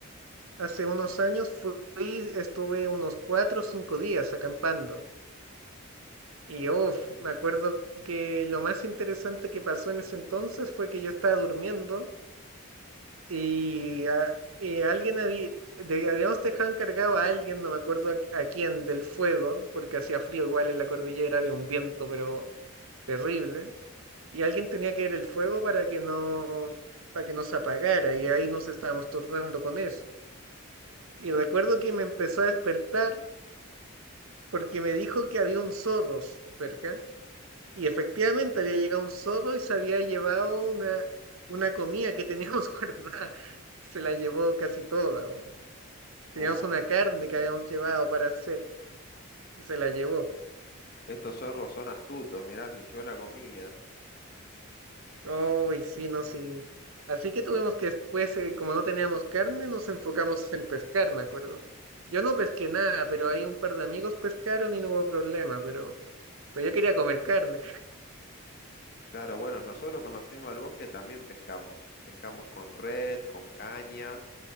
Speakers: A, on the right (about 75°); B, on the left (about 45°).
A: Hace unos años fui, estuve unos cuatro o cinco días acampando. Y uf me acuerdo que lo más interesante que pasó en ese entonces fue que yo estaba durmiendo Y ah, eh, alguien había, de- habíamos dejado encargado a alguien, no me acuerdo a, a quién, del fuego, porque hacía frío igual en la cordillera, había un viento, pero terrible. Y alguien tenía que ver el fuego para que no, para que no se apagara, y ahí nos estábamos turnando con eso. Y recuerdo que me empezó a despertar porque me dijo que había un zorro cerca, y
B: Mm.
A: efectivamente había llegado un zorro y se había llevado una, una comida que teníamos <laughs> guardada. Se la llevó casi toda. Teníamos
B: Oh,
A: una carne que habíamos llevado para hacer y se la llevó.
B: estos zorros son astutos, mirá, se llevó la comida.
A: Oh, y sí, no, sí. Así que tuvimos que después, eh, como no teníamos carne, nos enfocamos en pescar, me acuerdo. Yo no pesqué nada, pero hay un par de amigos pescaron y no hubo problema, pero, pero yo quería comer carne.
B: Claro, bueno, nosotros cuando fuimos al bosque también pescamos. Pescamos con red, con caña